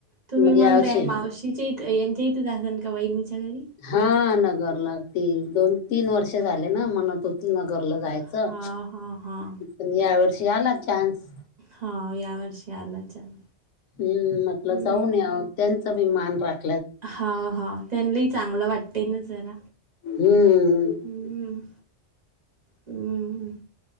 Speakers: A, on the right (about 40°); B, on the left (about 80°).
A: तुम्ही मग
B: यावर्षी
A: त्या मावशीच्या इथ यांच्या इथेचजासान का वहिनीच्या घरी
B: हा नगरला ते दोन तीन वर्ष झाले ना म्हणा तुन ती नगरला जायचं
A: हा हा हा
B: पण या वर्षी आला चान्स
A: हा या वर्षी आला छान
B: हम्म म्हटलं
A: हम्म
B: जाऊन येव त्यांचा भी मान राखत
A: हा हा त्यांनाही चांगलं वाटते ना जरा
B: हम्म
A: हम् हम्